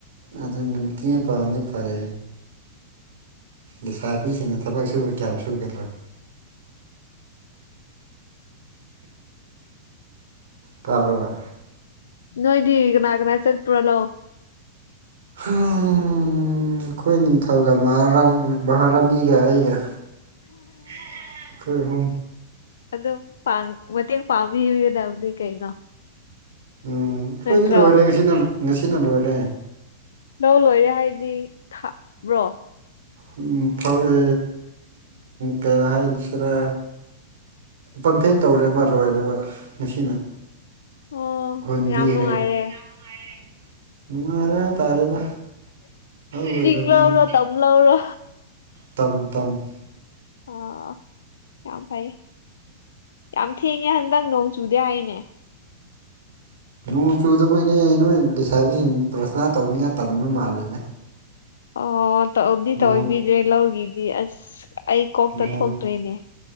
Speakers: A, on the right (about 70°); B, on the left (about 75°).
A: ꯑꯗꯨ ꯅꯨꯡꯇꯤꯒꯤ ꯄꯥꯡꯗꯤ ꯐꯔꯦ ꯂꯩꯁꯥꯕꯤ ꯁꯤꯡꯅ ꯊꯕꯛ ꯁꯨꯕ ꯀꯌꯥꯝ ꯁꯨꯒꯗ꯭ꯔꯥ ꯇꯥꯕ꯭ꯔꯥ
B: ꯅꯣꯏꯗꯤ ꯀꯅꯥ ꯀꯅꯥ ꯆꯠꯄ꯭ꯔꯣ ꯂꯧ
A: ꯑꯩꯈꯣꯏ ꯅꯤꯡꯊꯧꯒ ꯃꯍꯥꯔꯥ ꯃꯍꯥꯔꯥꯅꯤꯒ ꯑꯩꯒ ꯑꯩꯈꯣꯏ ꯑꯍꯨꯝ
B: ꯑꯗꯨꯝ ꯄꯥꯡ ꯃꯇꯦꯡ ꯄꯥꯡꯕꯤꯒꯗꯕꯅꯤ ꯀꯩꯅꯣ
A: ꯎꯝ ꯈꯣꯏꯗꯤ
B: ꯅꯠꯇ꯭ꯔꯣ
A: ꯂꯣꯏꯔꯦ ꯉꯁꯤꯅ ꯉꯁꯤꯅ ꯂꯣꯏꯔꯦ
B: ꯂꯧ ꯂꯣꯏꯔꯦ ꯍꯥꯏꯗꯤ ꯊꯥꯕ꯭ꯔꯣ
A: ꯎꯝ ꯐꯥꯎꯋꯦ ꯀꯔꯤ ꯍꯥꯏꯁꯤꯔꯥ ꯄꯝꯐꯦꯟ ꯇꯧꯔꯦꯕ ꯂꯣꯏꯔꯦꯕ ꯉꯁꯤꯅ
B: ꯑꯣ
A: ꯍꯨꯟꯕꯤꯈ꯭ꯔꯦ
B: ꯌꯥꯝ ꯅꯨꯡꯉꯥꯏꯔꯦ
A: ꯌꯥꯝ ꯅꯨꯡꯉꯥꯏꯔꯦ ꯅꯨꯡꯉꯥꯏꯔꯦ ꯍꯥꯏꯇꯥꯔꯦꯗ ꯂꯧ ꯂꯣꯏꯔꯕꯅꯤꯅ
B: ꯆꯤꯡ ꯂꯧꯔꯣ ꯇꯝ ꯂꯧꯔꯣ
A: ꯇꯝ ꯇꯝ
B: ꯑꯣ ꯌꯥꯝ ꯐꯩꯌꯦ ꯌꯥꯝ ꯊꯦꯡꯉꯦ ꯍꯟꯗꯛ ꯅꯣꯡ ꯆꯨꯗꯦ ꯍꯥꯏꯅꯦ
A: ꯅꯣꯡ ꯆꯨꯗꯕꯩꯅꯦ ꯅꯣꯏ ꯂꯩꯁꯥꯕꯤꯁꯤꯡ ꯄ꯭ꯔꯊꯅꯥ ꯇꯧꯅꯤꯡꯉꯥꯏ ꯇꯟꯕ ꯃꯥꯜꯂꯦꯅꯦ
B: ꯑꯣ ꯇꯧꯗꯤ
A: ꯅꯣꯡ
B: ꯇꯧꯕꯤꯗ꯭ꯔꯦ ꯂꯧꯒꯤꯗꯤ ꯑꯁ ꯑꯩ ꯀꯣꯛꯇ
A: ꯅꯣꯡ
B: ꯊꯣꯛꯇ꯭ꯔꯦꯅꯦ